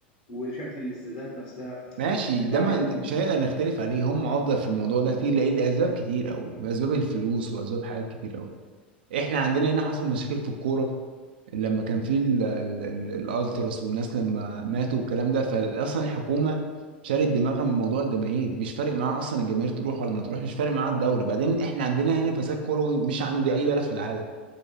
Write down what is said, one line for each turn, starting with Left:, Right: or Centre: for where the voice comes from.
Left: وشكل الاستادات نفسها
Right: ماشي
Left: طب بالله
Right: ده
Left: عليك
Right: ما مش
Left: مين
Right: هنقدر نختلف عليه هم افضل في الموضوع ده كتير لان لاسباب كتير قوي اسباب الفلوس واسباب حاجات كتير قوي احنا عندنا هنا حصل مشاكل في الكوره لما كان في ال- ال- ال- الالتراس والناس لما ماتوا والكلام ده فاصلا الحكومه شالت دماغها من موضوع الجماهير مش فارق معاها اصلا الجماهير تروح ولا ما تروح مش فارق معاها الدوري بعدين احنا عندنا هنا فساد كروي مش عند اي بلد في العالم